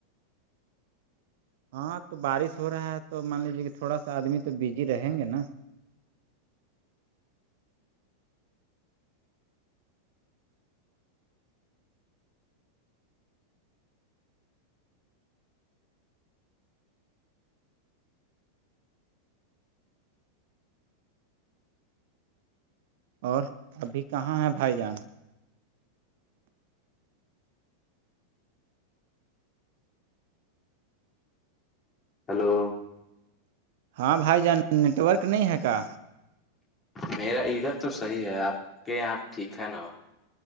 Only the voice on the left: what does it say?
ہلو
میرا ادھر تو صحیح ہے آپ کے یہاں ٹھیک ہے نا